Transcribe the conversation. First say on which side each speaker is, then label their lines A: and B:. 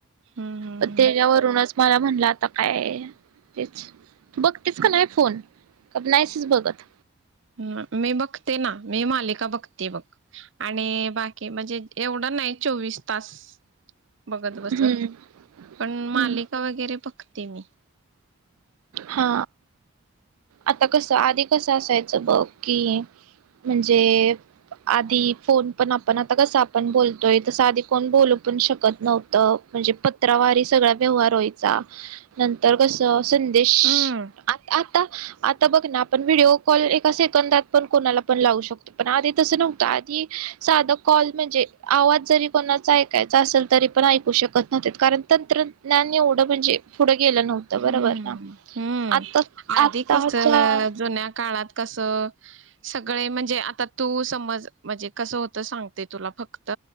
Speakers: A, on the right; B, on the right.
A: हम्म हम्म
B: त्याच्यावरूनच मला म्हणलं आता काय तेच बघ तेच का नाही फोन नाहीसच बघत
A: ह मी बघते ना मी मालिका बघते बघ आणि बाकी म्हणजे एवढं नाही चोवीस तास बघत बसत
B: हम्म
A: पण
B: हम्म
A: मालिका वगैरे फक्त तिमही
B: हा आता कस आधी कस असायचं बघ कि म्हणजे आधी फोन पण आपण आता कस आपण बोलतोय तस आधी कोण बोलू पण शकत नव्हतं म्हणजे पत्रावारी सगळा व्यवहार व्हायचा नंतर कस संदेश
A: हम्म
B: आ आता आता बघ ना आपण व्हिडिओ कॉल एका सेकंदात पण कोणाला पण लावू शकतो पण आधी तसं नव्हतं आधी साधा कॉल म्हणजे आवाज जरी कोणाच ऐकायचं असेल तरी पण ऐकू शकत न कारण तंत्रज्ञान एवढ म्हणजे पुढं गेलं नव्हतं बरोबर
A: हम्म
B: ना
A: हम्म
B: आता
A: आधी
B: आताच्या
A: कसं जुन्या काळात कसं सगळे म्हणजे आता तू समज म्हणजे कसं होत सांगते तुला फक्त